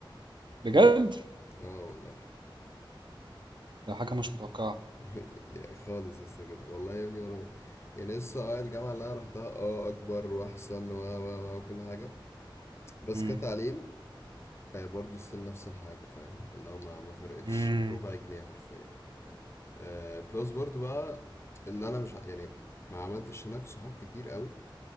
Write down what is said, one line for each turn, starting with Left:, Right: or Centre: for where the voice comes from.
Right: بجد؟
Left: اه والله
Right: ده حاجة مش متوقعة
Left: <laughs> يا- خالص لسه بجد والله يا ابني ولا يعني لسه اه الجامعة اللي انا روحتها اه اكبر واحسن و و و وكل حاجة بس
Right: امم
Left: كتعليم آه، برضو ستيل نفس الحاجة فاهم اللي هو ما ما فرقتش
Right: امم
Left: بربع جنيه حرفيا آه بلس برضو بقى اللي انا مش ع- يعني ما عملتش هناك صحاب كتير قوي